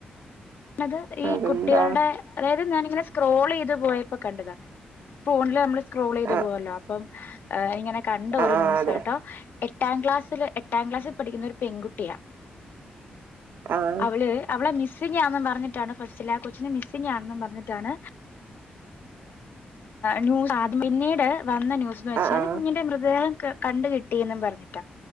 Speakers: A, on the left; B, on the right.
A: അത് ഈ
B: അതെന്താ
A: കുട്ടിഅൾടെ അതായത് ഞാനീ ഇങ്ങനെ സ്ക്രോൾചെയ്ത്പോയപ്പകണ്ടതാ ഫോണില് നമ്മൾ സ്ക്രോള്ചെയ്ത്
B: ആഹ്
A: പോവല്ലേ അപ്പം ആ ഇങ്ങനെ കണ്ടഒരുന്യൂസാട്ടോ
B: ആഹ് അതെ
A: എട്ടാംക്ലാസ്സില് എട്ടാംക്ലാസിൽപഠിക്ക്ന്ന ഒരു പെൺകുട്ടിയാ
B: ആഹ്
A: അവള് അവളമിസ് മിസ്സിംങ്ങാന്നുംപറ്ഞ്ഞിട്ടാണ് ഫസ്റ്റില്ആ കൊച്ചനെ മിസ്സിങ്ങാണ്ന്നും പറഞ്ഞിട്ടാണ് ന്യൂസ്ആദ്യം പിന്നീട് വന്നന്യൂസ്ന്ന് വെച്ചാല്
B: ആഹ് ആഹ്
A: കുഞ്ഞിന്റെമൃത്ദേഹം ക കണ്ട്കിട്ടിന്നും പറഞ്ഞിട്ടാ